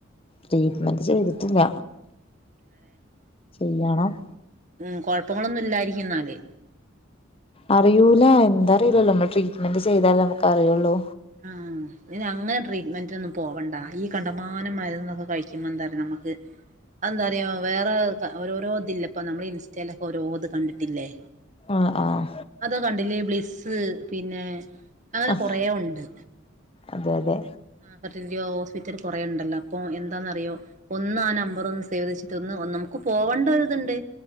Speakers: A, on the left; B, on the right.
A: ട്രീറ്റ്മെന്റ് ചെയ്തിട്ടില്ല ചെയ്യണം
B: മ് കുഴപ്പങ്ങളൊന്നും ഇല്ലായിരിക്കും ഇന്നാല്
A: അറിയൂല എന്താറിയില്ലല്ലോ നമ്മൾ ട്രീറ്റ്മെന്റ് ചെയ്താലാ നമുക്കറിയൊള്ളൂ
B: ആഹ് ഇതിന് അങ്ങനെ ട്രീറ്റ്മെന്റിന് ഒന്നും പോവണ്ട ഈ കണ്ടമാനം മരുന്നും ഇതൊക്കെ കഴിക്കുമ്പോ എന്താറിയോ നമ്മുക്ക് അതെന്താറിയോ വേറെ ഓരോരോ ഇതൊക്കെ ഇല്ലെ ഇപ്പൊ നമ്മൾ ഇൻസ്റ്റെലൊക്കെ ഓരോത് കണ്ടിട്ടില്ലേ
A: ആഹ്.. ആഹ്
B: അതാ കണ്ടില്ലേ ബ്ലിസ്സ് പിന്നെ അങ്ങനെ
A: ആഹ്
B: കൊറേ ഉണ്ട്
A: അതെ അതെ
B: ആഹ് അപ്പൊതിന്റെ ഹോസ്പിറ്റൽ കുറേ ഉണ്ടല്ലോ അപ്പൊ എന്താന്നറിയോ ഒന്ന് ആ നമ്പർ ഒന്ന് സേവ് ചെയ്തു വെച്ചിട്ട് ഒന്ന് നമുക്ക് പോകേണ്ട ഒരു ഇതുണ്ട്